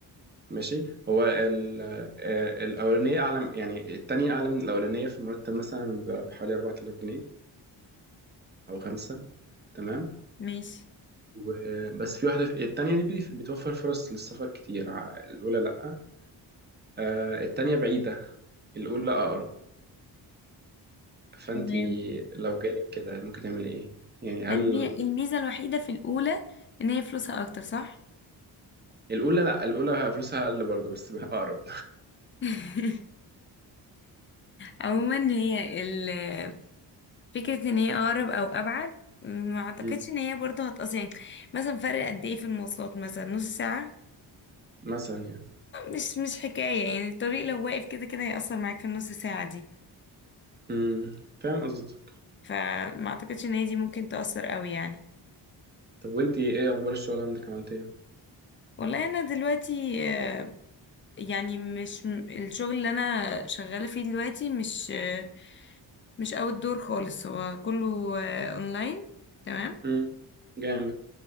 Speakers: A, on the right; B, on the left.
A: ماشي هو ال- آه، الأولانية أعلى يعني التانية أعلى من الأولانية في المرتب مثلا ب- بحوالي 4000 جنيه أو خمسة تمام
B: ماشي
A: وبس في واحدة في التانية دي بي- بتوفر فرص للسفر كتير ع- الأولى لأ آه، التانية بعيدة الأولى أقرب فأنت
B: تمام
A: لو جالك كده ممكن تعملي إيه؟ يعني هل
B: يعني هي الميزة الوحيدة في الاولى ان هي فلوسها اكتر صح
A: الأولى لأ الأولى فلوسها أقل برضه بس بقى أقرب
B: <laughs> عموما هي ال- فكرة ان هي اقرب او ابعد ما اعتقدش
A: مم.
B: ان هي برضه هتقص يعني مثلا فرق قد ايه في المواصلات مثلا نص ساعة
A: مثلا يعني
B: مش مش حكاية يعني الطريق لو واقف كده كده هيأثر معاك في النص ساعة دي
A: مم. فاهم قصدك
B: فما اعتقدش ان هي دي ممكن تأثر قوي يعني
A: طب وأنت إيه أخبار الشغل عندك عملت إيه؟
B: والله انا دلوقتي آه، يعني مش م- الشغل اللي انا شغالة فيه دلوقتي مش آه، مش اوت دور خالص هو كله آه، اونلاين تمام
A: مم. جامد